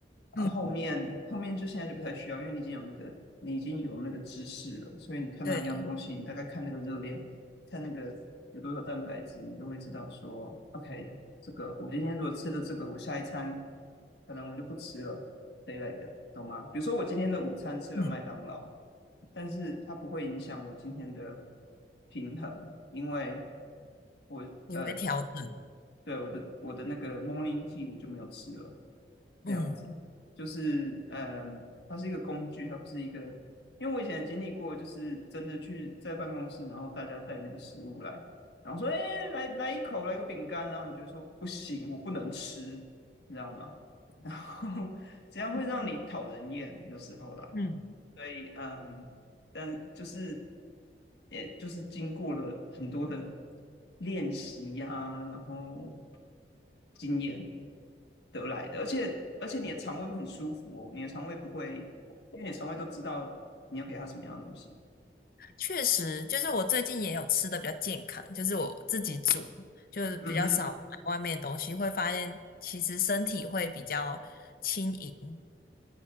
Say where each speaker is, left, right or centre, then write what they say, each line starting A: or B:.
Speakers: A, on the left; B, on the left.
A: 啊，
B: 嗯
A: 后面后面就现在就不太需要，因为你已经有那个你已经有那个知识了，所以你看到一样东西，
B: 对，
A: 你大概看那个热量，看那个有多少蛋白质，你就会知道说，OK，这个我今天如果吃了这个，我下一餐可能我就不吃了这一类的，懂吗？比如说我今天的午餐吃了麦当劳，
B: 嗯
A: 但是它不会影响我今天的平衡，因为我呃，
B: 你会调整。
A: 对我的我的那个 morning tea 我就没有吃了，
B: 嗯，
A: 这样子。就是嗯，它是一个工具，它不是一个。因为我以前也经历过，就是真的去在办公室，然后大家带那个食物来，然后说：“哎，来来一口，来个饼干。”然后你就说：“不行，我不能吃，你知道吗？”然后 <laughs> 这样会让你讨人厌，有时候啦。
B: 嗯
A: 所以嗯，但就是也就是经过了很多的练习呀、然后经验。得来的，而且而且你的肠胃会很舒服哦，你的肠胃不会，因为你的肠胃都知道你要给它什么样的东西。
B: 确实，就是我最近也有吃的比较健康，就是我自己煮，就是比较少买外面的东西，
A: 嗯哼，
B: 会发现其实身体会比较轻盈，